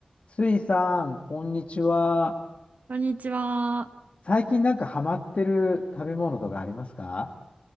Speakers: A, on the left; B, on the right.
A: スイさん、こんにちは。
B: こんにちは。
A: 最近なんかハマってる食べ物とかありますか